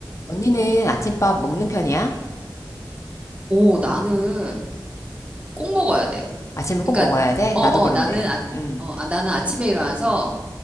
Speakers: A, on the left; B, on the right.
A: 언니는 아침밥 먹는 편이야?
B: 오, 나는 꼭 먹어야 돼.
A: 아침을
B: 그러니까,
A: 꼭 먹어야 돼?
B: 어,
A: 나도
B: 어,
A: 그런데.
B: 나는, 아,
A: 음,
B: 어, 아, 나는 아침에 일어나서